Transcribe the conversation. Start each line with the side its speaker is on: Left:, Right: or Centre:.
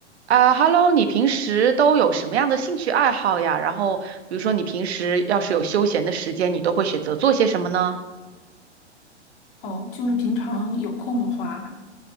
Right: 啊，Hello，你平时都有什么样的兴趣爱好呀？然后，比如说你平时要是有休闲的时间，你都会选择做些什么呢？
Left: 哦，就是平常有空的话，